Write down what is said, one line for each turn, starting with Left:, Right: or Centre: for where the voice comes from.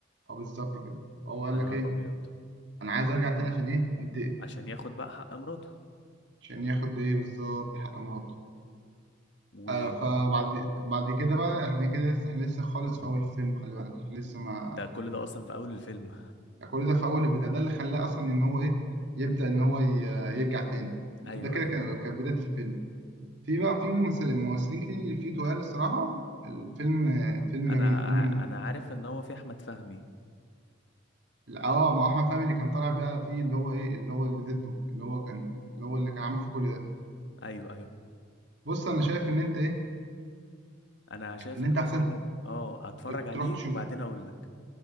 Right: اه بالظبط كده هو قال
Left: يا
Right: لك
Left: نهار
Right: ايه
Left: ابيض
Right: انا عايز ارجع تاني عشان ايه انتقم
Left: عشان ياخد بقى حق مراته
Right: عشان ياخد ايه بالظبط حق مراته
Left: وده
Right: آه فبعد بعد كده بقى احنا كده لسه احنا لسه خالص في اول الفيلم خلي بالك احنا لسه ما
Left: كل ده اصلا في اول الفيلم
Right: يعني كل ده في اول البتاع ده اللي خلاه اصلا ان هو ايه يبدا ان هو ي- يرجع تاني ده
Left: ايوه
Right: كده
Left: ايوه
Right: كان- كانت بدايه الفيلم في بقى في ممثل- ممثلين كتير في تقال الصراحه الفيلم فيلم
Left: انا
Right: جميل
Left: ع-
Right: فيلم
Left: انا عارف ان هو في احمد فهمي
Right: اه مع احمد فهمي اللي كان طالع بقى فيه اللي هو ايه اللي هو اللي ضده اللي هو كان اللي هو اللي كان عامل فيه كل ده
Left: ايوه ايوه
Right: بص انا شايف ان انت ايه
Left: انا شايف
Right: ان
Left: ان
Right: انت
Left: انا
Right: احسن
Left: فعلا اه هتفرج
Right: ت-
Left: عليه
Right: تروح تشوفه
Left: وبعدين اقول لك